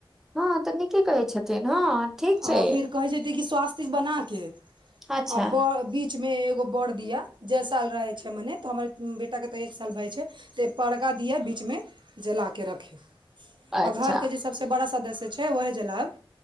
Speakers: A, in the centre; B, on the right.
A: हँ तऽ नीके कहै छथिन हँ ठीक
B: आओर
A: छै।
B: फिर कहै छथिन की स्वस्तिक बना के आ
A: अच्छा
B: बर। बीचमे एगो बड़ दिया जै साल रहै छै मने तऽ हमर बेटाके तऽ एक साल भए छै। तऽ पड़का दिआ बीच में जला केँ रखै। आ
A: अच्छा
B: घर केँ जे सबसे बड़ा सदस्य छै उहे जलैब